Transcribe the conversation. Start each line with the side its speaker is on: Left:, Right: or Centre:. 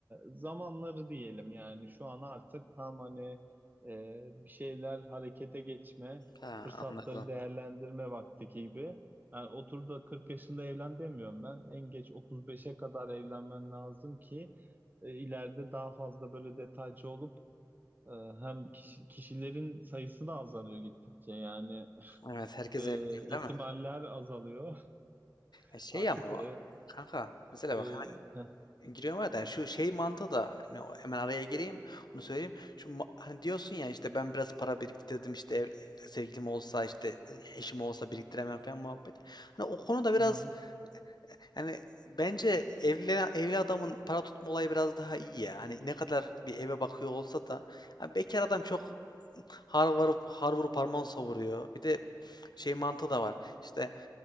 Right: zamanları diyelim yani şu an artık tam hani e, bir şeyler harekete geçme,
Left: Ha,
Right: fırsatları
Left: anladım.
Right: değerlendirme vakti gibi. Yani otur da 40 yaşında evlen demiyorum ben. En geç 35'e kadar evlenmen lazım ki e, ileride daha fazla böyle detaycı olup e, hem kişi- kişilerin sayısı da azalıyor gittikçe yani
Left: Evet herkes
Right: e,
Left: evleniyor
Right: ihtimaller
Left: değil mi?
Right: azalıyor. <laughs>
Left: E şey
Right: Artık
Left: ama o-
Right: e,
Left: kanka mesela
Right: e,
Left: bak hemen
Right: heh,
Left: giriyorum arada yani şu şey mantığı da hani o- hemen araya gireyim onu söyleyeyim. Şu ma- hani diyorsun ya işte ben biraz para biriktirdim işte ev, sevgilim olsa işte e, eşim olsa biriktiremem falan muhabbet. Hani o konuda biraz
Right: hmm.
Left: Hani bence evli, evli adamın para tutma olayı biraz daha iyi ya. Hani ne kadar bir eve bakıyor olsa da hani bekar adam çok har varıp har vurup harman savuruyor. Bir de şey mantığı da var. İşte